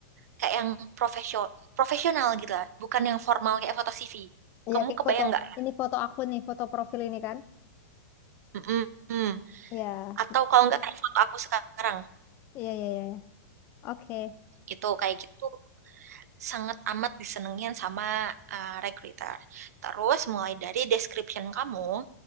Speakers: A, on the right; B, on the left.
A: kayak yang profesional profesional gitu lah bukan yang formal kayak foto CV
B: Iya
A: kamu
B: kayak
A: kebayang
B: foto
A: nggak
B: ini foto aku nih, foto profil ini kan.
A: Mm-mm.
B: Iya,
A: atau kalau nggak kayak foto aku sekarang
B: iya, iya, iya. iya. Oke.
A: gitu kayak gitu sangat amat disenengin sama uh, recruiter terus mulai dari description kamu